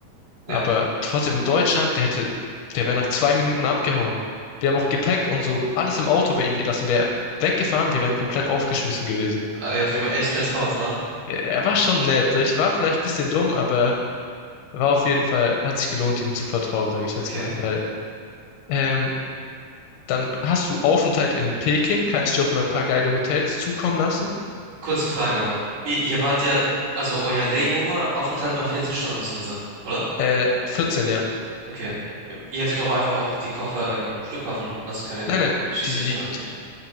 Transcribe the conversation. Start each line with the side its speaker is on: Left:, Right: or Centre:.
Right: Ja,
Left: Aber trotzdem in Deutschland, der hätte, der wäre nach zwei Minuten abgehauen. Wir haben auch Gepäck und so alles im Auto bei ihm gelassen, wäre weggefahren, wir wären komplett aufgeschmissen gewesen.
Right: Ah, ihr habt ihm echt vertraut, ha?
Left: Er er war schon nett, ich war vielleicht ein bisschen dumm, aber war auf jeden Fall, hat sich gelohnt, ihm zu vertrauen, sage ich jetzt
Right: Okay.
Left: mal, weil ähm, dann hast du Aufenthalt in Peking, kann ich dir auch mal ein paar geile Hotels zukommen lassen.
Right: Kurze Frage, aber ihr, ihr wart ja, also euer Layover-Aufenthalt war 14 Stunden, hast du gesagt, oder?
Left: Äh, 14, ja.
Right: Okay. Ihr hättet doch einfach auch die Koffer im Flughafen lassen können, in
Left: Nein,
Right: den
Left: nein,
Right: Schließfächern,
Left: die, die,
Right: oder nicht?